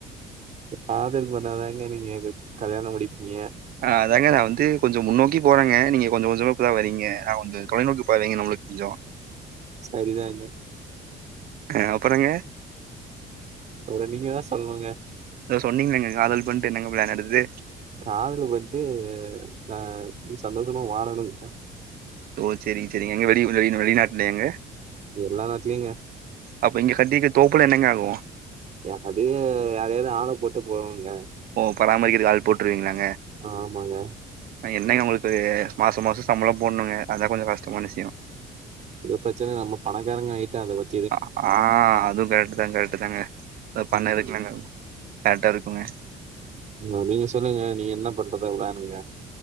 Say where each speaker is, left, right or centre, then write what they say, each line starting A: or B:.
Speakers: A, on the right (about 45°); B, on the right (about 60°).
A: காதல் பண்ணாதாங்க நீங்க இதுக் கல்யாணோ முடிப்பீங்க
B: ஆ அதங்க நா வந்து கொஞ்ச முன்னோக்கி போறேங்க நீங்க கொஞ்ச கொஞ்சமா அதா வரிங்க நா கொஞ்ச தொலைநோக்கு பார்வைங்க நம்மளுக் கொஞ்சோ
A: சரிதாங்க
B: ஆ அப்பறங்க
A: அப்றோ நீங்க தா சொல்னுங்க
B: சொன்னீங்களாங்க காதல் பண்ட்டு என்னங்க பிளான் அடுத்து
A: காதல் பண்ட்டு ஹ சந்தோஷமா வாழணுங்க
B: ஓ செரிங் செரிங்க எங்க வெளி வெளி வெளிநாட்லையாங்க
A: இது எல்லா நாட்லயிங்க
B: அப்போ இங்க கட்டிர்க்க தோப்புல என்னங்க ஆகு
A: யாராது யாரையாது ஆள போட்டு போவாங்க
B: ஓ பராமரிக்கறது ஆள் போட்ருவீங்களாங்
A: ஆமாங்க
B: அ என்னங்க உங்களுக்கு மாச மாசோ சம்பளோ போட்ணுங்க அதா கொஞ்சோ கஷ்டமான விஷ்யோ
A: இது பிரச்சனயில்ல நம்ம பணக்காரங்க ஆயிட்டா அத பத்
B: அ ஆ அதுவு கர்ட்டு தா கர்ட்டு தாங்க தா பண்ண
A: ம்
B: இருக்குலங்க கரெக்டாருக்குங்க
A: நா நீங்க சொல்லுங்க நீங்க என்ன பண்றதா பிளானுங்க